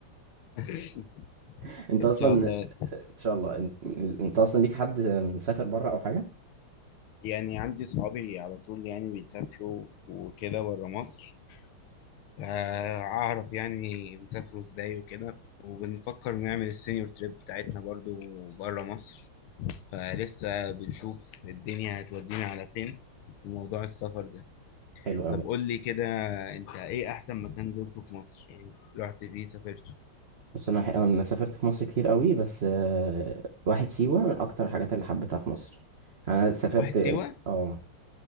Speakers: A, on the left; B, on the right.
A: <laughs>
B: <laughs> أنت
A: ان
B: أصلا
A: شاء الله
B: إن شاء الله أنت, انت أصلا ليك حد مسافر بره أو حاجة
A: يعني عندي صحابي على طول يعني بيسافروا وكده بره مصر آه، اعرف يعني بيسافروا ازاي وكده وبنفكر نعمل السينيور تريب بتاعتنا برضو بره مصر فلسه بنشوف الدنيا هتودينا على فين في موضوع السفر ده
B: حلو أوي
A: طب قول لي كده انت ايه احسن مكان زرته في مصر يعني رحت فيه سافرته
B: بس أنا أنا سافرت في مصر كتير أوي بس آه، واحد سيوة من أكتر الحاجات اللي حبيتها في مصر أنا سافرت
A: واحد سيوة
B: أه